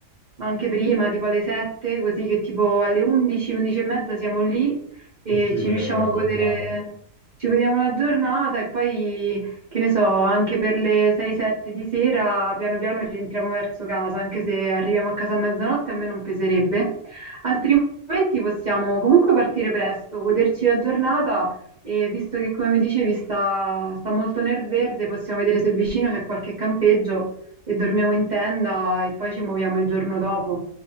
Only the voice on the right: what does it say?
ma anche prima, tipo alle 7, così che tipo alle 11, 11 e mezza siamo lì e
ci
riusciamo
a
godere, ci godiamo la giornata e poi che ne so, anche per le 6-7 di sera, piano piano rientriamo verso casa, anche se arriviamo a casa a mezzanotte a me non peserebbe. Altrimenti possiamo comunque partire presto, goderci la giornata e visto che, come mi dicevi, sta, sta molto nel verde, possiamo vedere se vicino c'è qualche campeggio e dormiamo in tenda e poi ci muoviamo il giorno dopo.